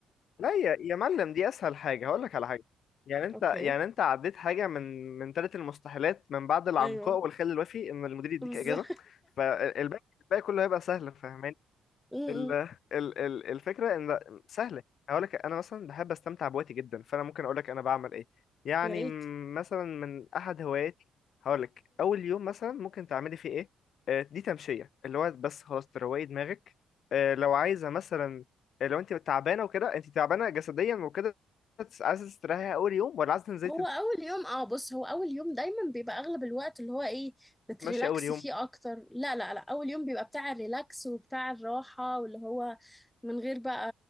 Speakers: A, on the left; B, in the centre.
A: لا يا يا معلم دي اسهل حاجه هقول لك على حاجه يعني انت
B: <laughs> اوكي
A: يعني انت عديت حاجه من من ثلاث المستحيلات من بعد العنقاء
B: ايوه
A: والخل الوفي ان المدير يديك
B: بالظبط
A: اجازه فالباقي الباقي كله هيبقى سهل فاهماني
B: <laughs> م-
A: ال
B: م.
A: ال ال الفكرة ان سهلة هقول لك انا مثلا بحب استمتع بوقتي جدا فانا ممكن اقول لك انا بعمل ايه يعني
B: يا ريت
A: م- مثلا من احد هواياتي هقول لك اول يوم مثلا ممكن تعملي فيه ايه آه، دي تمشية اللي هو بس خلاص تروقي دماغك آه، لو عايزة مثلا آه، لو انت تعبانة وكده انت تعبانة جسديا وكده بس عايزة تستريحي اول يوم ولا عايزة تنزلي
B: هو اول يوم اه بص هو اول يوم دايما بيبقى اغلب الوقت اللي هو ايه بتريلاكس
A: تتمشي اول يوم
B: فيه اكتر لا لا لا اول يوم بيبقى بتاع الريلاكس وبتاع الراحة واللي هو من غير بقى